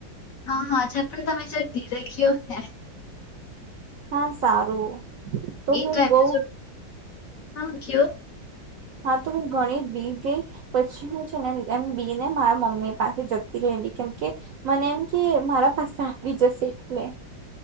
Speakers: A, on the left; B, on the right.
A: હા હાજ પણ તમે <unintelligible> થયો ને.
B: હા સારું.
A: એ
B: હું
A: તો એપિસોડ
B: બહુ
A: હ કયો.
B: હા તો હું ઘણી જ બી ગઈ પછી હું છેને એમ બી ને મારા મમ્મી પાસે જતી રેડી કેમકે મને એમ કે મારા પાસે આવી જશે એટલે.